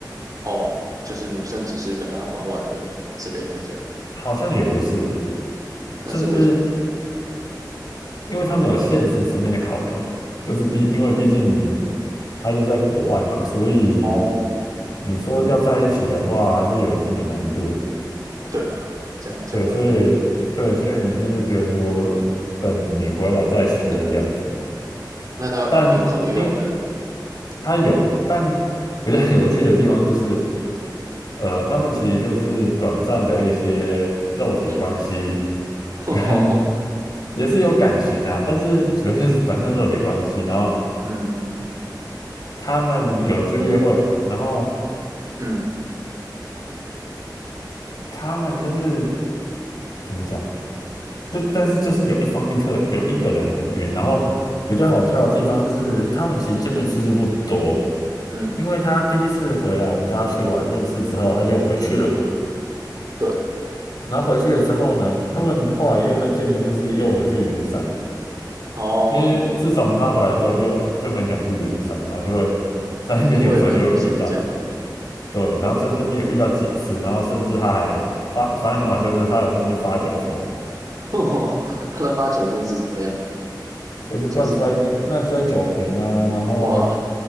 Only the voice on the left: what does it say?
好像也不是，
就是因为他们有现实层面的考量，就是毕因为毕竟他就在国外嘛，所以
你说要在一起的话，还是有一定的难度。
对，所以对，所以女生就觉得说，等你回来再说这样子。
但因为它有，但比较有趣的地方就是，呃，他们其实就是短暂的一些肉体关系，
跟也是有感情啊，但是主要就是短暂肉体关系。然后
他们有去约会，然后
他们就是怎么讲？就但是就是有一方面特有一个人很晕，然后比较好笑的地方是，他们其实见面次数不多，
因为他第一次回来，我们大家去玩认识之后，他就回去了嘛。
然后回去了之后呢，他们后来又再见面，就是又回去圆山，
因为自从他回来之后又就很喜欢去圆山，然后就会在那边有时候就会遇到，
对，然后在这边有遇到几次，然后甚至他还发，反正很好笑，
就是他有在那边发酒疯。
就是乱摔乱摔酒瓶啊，
然后